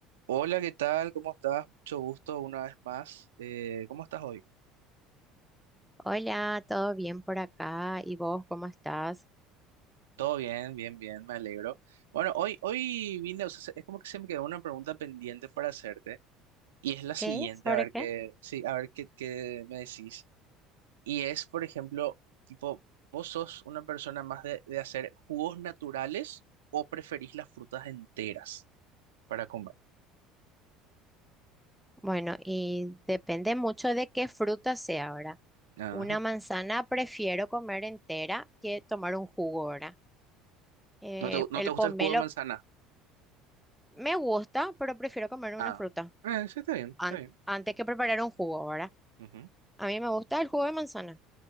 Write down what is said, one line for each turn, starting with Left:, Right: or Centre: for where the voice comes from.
Right: Hola, ¿qué tal? ¿Cómo estás? Mucho gusto una vez más. Eh, ¿cómo estás hoy?
Centre: Hola, ¿todo bien por acá? ¿Y vos cómo estás?
Right: Todo bien, bien, bien, me alegro. Bueno, hoy, hoy vine, o sea, se- es como que se me quedó una pregunta pendiente para hacerte y es la siguiente,
Centre: ¿Qué? ¿Sobre
Right: a ver
Centre: qué?
Right: qué, sí, a ver qué, qué me decís. Y es, por ejemplo, tipo, ¿vos sos una persona más de, de hacer jugos naturales o preferís las frutas enteras para comer?
Centre: Bueno, y depende mucho de qué fruta sea ahora.
Right: Ajá.
Centre: Una manzana prefiero comer entera que tomar un jugo ahora. Eh,
Right: ¿No te, no
Centre: el
Right: te gusta
Centre: pomelo
Right: el jugo de manzana?
Centre: me gusta, pero prefiero comer una
Right: Ah,
Centre: fruta
Right: eh, sí, está bien,
Centre: an-
Right: está bien.
Centre: antes que preparar un jugo ahora.
Right: Ujú,
Centre: A mí me gusta el jugo de manzana.